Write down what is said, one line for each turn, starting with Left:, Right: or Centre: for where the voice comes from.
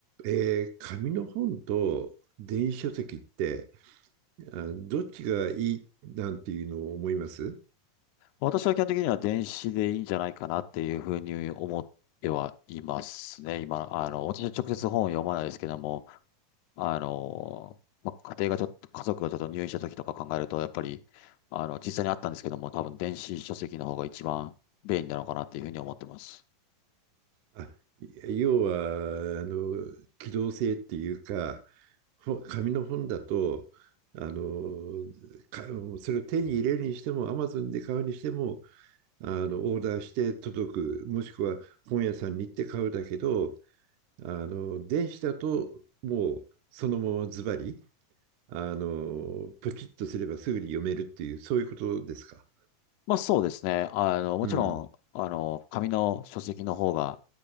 Right: えー紙の本と電子書籍ってあどっちがいいなんていうのを思います
Left: 私は基本的には電子でいいんじゃないかなっていうふうに思ってはいますね。今、あの、私は直接本を読まないですけども、あの、まあ、家庭がちょっと、家族がちょっと入院した時とか考えると、やっぱり、あの、実際にあったんですけども、多分電子書籍の方が一番便利なのかなっていうふうに思ってます。
Right: あ、要は、あの、機動性っていうか、ほ紙の本だと、あの、か、それを手に入れるにしても、Amazon で買うにしても、あの、オーダーして届く、もしくは本屋さんに行って買うだけど、あの、電子だと、もう、そのままズバリ、あの、ポチッとすればすぐに読めるっていう、そういうことですか。
Left: まあそうですね。あの、もちろん、
Right: うん。
Left: あの、紙の書籍の方が